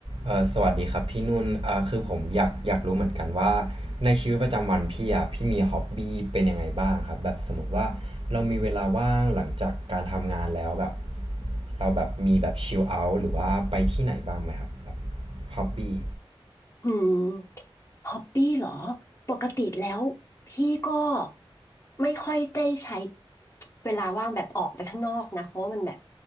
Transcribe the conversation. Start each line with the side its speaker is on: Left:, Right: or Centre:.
Right: เอ่อสวัสดีครับพี่นุ่นเอ่อคือผมอยากอยากรู้เหมือนกันว่าในชีวิตประจำวันพี่อ่ะพี่มีฮ็อบบี้เป็นยังไงบ้างครับแบบสมมติว่าเรามีเวลาว่างหลังจากการทำงานแล้วแบบเราแบบมีแบบชิลเอาท์หรือว่าไปที่ไหนบ้างไหมครับแบบฮ็อบบี้
Left: หืมฮอปปี้เหรอ ปกติแล้วพี่ก็ไม่ค่อยได้ใช้เวลาว่างแบบออกไปข้างนอกนะ เพราะว่ามันแบบ